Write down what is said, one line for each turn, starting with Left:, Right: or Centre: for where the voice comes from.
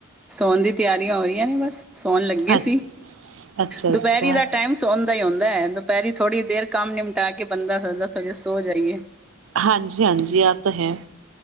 Centre: ਸੌਣ ਦੀ ਤਿਆਰੀਆਂ ਹੋ ਰਹੀਆਂ ਨੇ ਬੱਸ ਸੋਣ ਲੱਗੇ
Right: ਅੱ
Centre: ਸੀ।
Right: ਅੱਛਾ
Centre: ਦੁਪਹਿਰੀ
Right: ਅੱਛਾ
Centre: ਦਾ ਟਾਈਮ ਸੋਣ ਦਾ ਹੀ ਹੁੰਦਾ ਹੈ। ਦਪਹਿਰੀ ਥੋੜੀ ਦੇਰ ਕੰਮ ਨਿਮਟਾ ਕੇ ਬੰਦਾ ਸਦਾ ਤੁੋ ਜੇ ਸੋ ਜਾਈਏ
Right: ਹਾਂਜੀ ਹਾਂਜੀ ਆਹ ਤਾਂ ਹੈ।